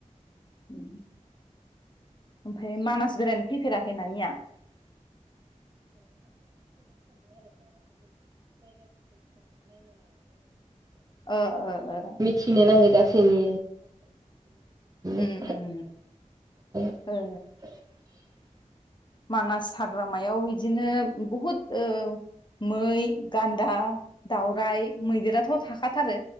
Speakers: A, on the left; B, on the right.
A: उम ओमफ्राय मानास बेरायनो फैफेराखै नानिया?
B: <inaudible> <unintelligible>
A: ओ ओ ओ
B: मिथिनो नांगौ गासैनि
A: उम
B: <inaudible>
A: उम
B: <inaudible>
A: ओ मानास हाग्रामायाव इदिनो बुहुद ओ मै गान्दा दाउराय मैदेराथ' थाखाथारो।